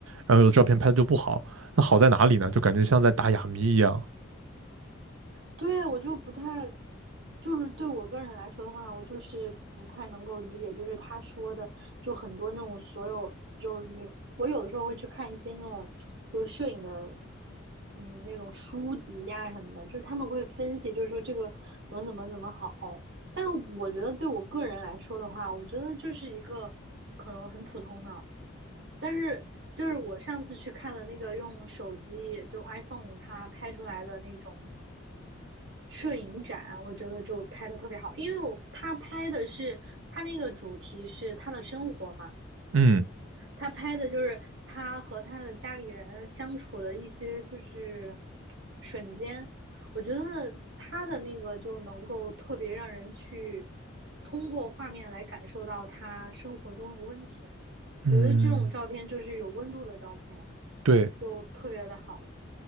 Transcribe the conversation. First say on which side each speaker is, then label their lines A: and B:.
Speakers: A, on the right; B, on the right.
A: 然后有的照片拍的就不好，那好在哪里呢？就感觉像在打哑谜一样。
B: 对，我就不太，就是对我个人来说的话，我就是不太能够理解，就是他说的，就很多那种所有，就是你，我有的时候会去看一些那种就是摄影的，嗯，那种书籍呀、什么的，就是他们会分析，就是说这个怎么怎么怎么好，但是我觉得对我个人来说的话，我觉得就是一个可能很普通的，但是就是我上次去看的那个用手机就 iPhone 它拍出来的那种。摄影展，我觉得就拍的特别好，因为我他拍的是他那个主题是他的生活嘛，
A: 嗯。
B: 他拍的就是他和他的家里人相处的一些就是瞬间，我觉得他的那个就能够特别让人去通过画面来感受到他生活中的温情，
A: 嗯，
B: 我觉得这种照片就是有温度的照片，
A: 对，
B: 就特别的好。